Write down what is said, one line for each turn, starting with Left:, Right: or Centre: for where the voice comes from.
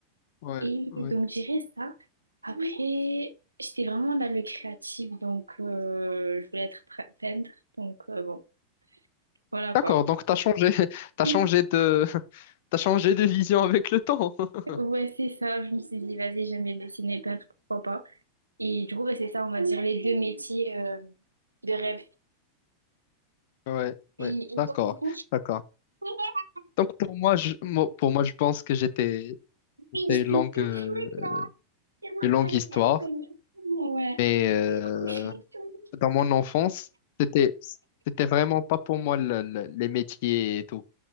Left: Ouais,
Right: Et
Left: ouais.
Right: donc, je dirais ça. Après, j'étais vraiment dans le créatif, donc euh, je voulais être pre- peintre. Donc, euh, bon, voilà
Left: D'accord,
Right: quoi.
Left: donc
Right: <laughs>
Left: t'as changé, <laughs> t'as
Right: Mm.
Left: changé de, <laughs> t'as changé de vision avec le temps. <laughs>
Right: Ouais, c'est ça. Je me suis dit, vas-y, j'aime bien dessiner, peindre, pourquoi pas. Et du coup, bah, c'est ça, on va dire, les deux métiers euh, de rêve.
Left: Ouais,
Right: Et,
Left: ouais,
Right: et
Left: d'accord,
Right: toi, du coup?
Left: d'accord.
Right: <laughs>
Left: Donc pour moi, je, moi- pour moi, je pense que j'étais,
Right: Oui,
Left: c'était
Right: je
Left: une
Right: dis
Left: longue,
Right: tout
Left: euh,
Right: de là. C'est moi,
Left: une longue
Right: pas la
Left: histoire.
Right: conne. Ouais.
Left: Mais euh,
Right: C'est cool, je suis tout
Left: dans
Right: de
Left: mon enfance, c'était, c'était vraiment pas pour moi le- le- les métiers et tout.